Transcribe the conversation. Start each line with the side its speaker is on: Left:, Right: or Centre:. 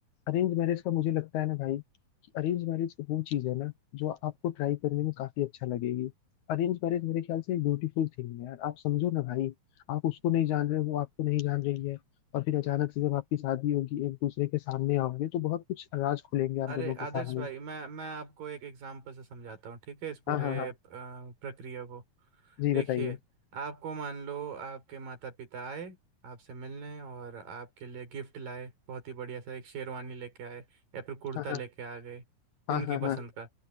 Left: अरेंज मैरिज का मुझे लगता है ना भाई कि अरेंज मैरिज वो चीज है ना जो आपको ट्राई करने में काफी अच्छा लगेगी अरेंज मैरिज मेरे ख्याल से एक ब्यूटीफुल थिंग है यार आप समझो ना भाई आप उसको नहीं जान रहे हो वो आपको नहीं जान रही है और फिर अचानक से जब आपकी शादी होगी एक दूसरे के सामने आओगे तो बहुत कुछ राज खुलेंगे आप
Right: अरे
Left: दोनों के
Right: आदर्श
Left: सामने
Right: भाई मैं मैं आपको एक एग्जांपल से समझाता हूँ ठीक है इस पूरे
Left: हाँ हाँ हाँ
Right: अ, प्रक्रिया को
Left: जी
Right: देखिए
Left: बताइए
Right: आपको मान लो आपके माता पिता आए आपसे मिलने और आपके लिए गिफ्ट लाए बहुत ही बढ़िया सा एक शेरवानी लेके आए या फिर कुर्ता
Left: हाँ हाँ
Right: लेके आ गए
Left: हाँ
Right: उनकी
Left: हाँ हाँ
Right: पसंद का